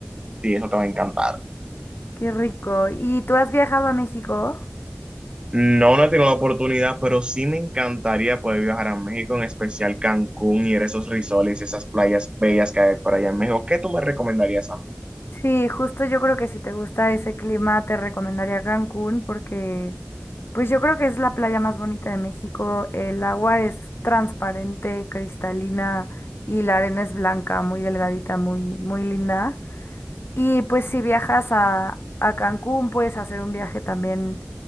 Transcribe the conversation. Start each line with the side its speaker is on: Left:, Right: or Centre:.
Right: sí, eso te va a encantar.
Left: qué rico. ¿Y tú has viajado a México?
Right: No, no he tenido la oportunidad, pero sí me encantaría poder viajar a México, en especial Cancún y esos resorts y esas playas bellas que hay por allá en México. ¿Qué tú me recomendarías a mí?
Left: Sí, justo yo creo que si te gusta ese clima te recomendaría Cancún porque pues yo creo que es la playa más bonita de México. El agua es transparente, cristalina y la arena es blanca, muy delgadita, muy muy linda. Y pues si viajas a a Cancún puedes hacer un viaje también